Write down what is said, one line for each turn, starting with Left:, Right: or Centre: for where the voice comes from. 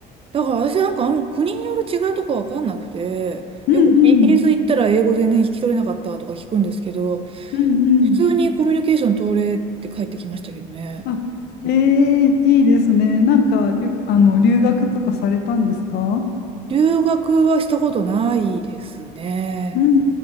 Right: だから私なんかあんま国による違いとかわかんなくて、
Left: うんうん、
Right: よくイギリス行ったら英語全然聞き取れなかったとか聞くんですけど、
Left: うんうん。
Right: 普通にコミュニケーション取れって帰ってきましたけどね。
Left: あ、ええいいですね。なんか、りゅ、あの、留学とかされたんですか
Right: 留学はしたことないですね。
Left: うん